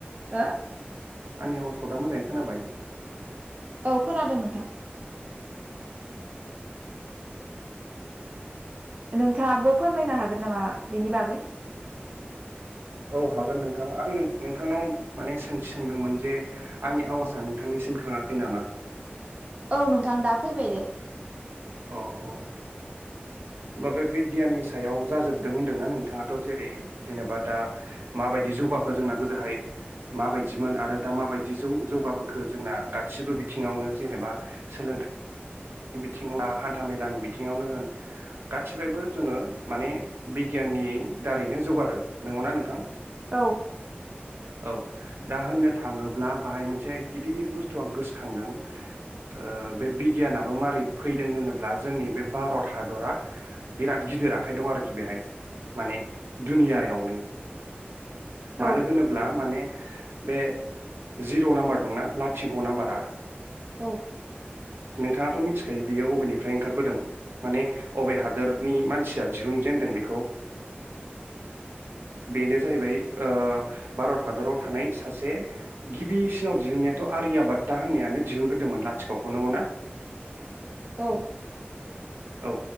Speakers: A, on the right; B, on the right.
A: हो
B: आंनि आवाजखौ दा मोजाङै खोनाबाय?
A: औ खोनादों नोंथां नोंथाङाबो फोरमायनो हागोन नामा बेनि बागै?
B: औ हागोन नोंथां आं नोंथांनाव माने सोंथि सोंदोंमोन जे आंनि आवासा नोंथांनिसिम थाङाखै नामा?
A: औ नोंथां दा फैबाय दे।
B: औ औ। बा बे बिगियाननि सायाव जाजोबदों होन्दोंना नोंथाङाथ' जेरै जेनेबा दा माबायदि जौगाखो जोंना गोदोहाय माबायदिमोन आरो दा माबायदि जौ-जौगाबोखो जोंना गादसिबो बिथिङावनो जेनेबा सोलोंथा बिथिङा हान्था मेलानि बिथिङावनो होन गाथिबायबो जोङो माने बिगियाननि दारैनो जौगादों नंगौना नोंथां?
A: औ
B: औ दा होननो थाङोब्ला बाहाय मोनसे गिदिर बुस्थु आं गोसखांदों ओ बे बिगियानाबो मारै फैदों होनोब्ला जोंनि बे बारत हादरा बिराद गिदिर आखाइ दं आरोखि बेहाय माने दुनियायावनो।
A: औ
B: मानो होनोब्ला माने बे जिर' नाम्बार दंना लाथिख' नाम्बारा
A: औ
B: नोंथाङाथ' मिथिखायो बियो अबेनिफ्राय ओंखारबोदों माने अबे हादोरनि मानसिया दिहुनजेनदों बेखौ
A: <inaudible>
B: बेनो जाहैबाय ओ बारत हादराव थानाय सासे गिबिसिनाव दिहुनायाथ' आर्याबात्ता होननायानो दिहुनग्रोदोंमोन लाथिख'खौ नंगौ ना?
A: औ
B: औ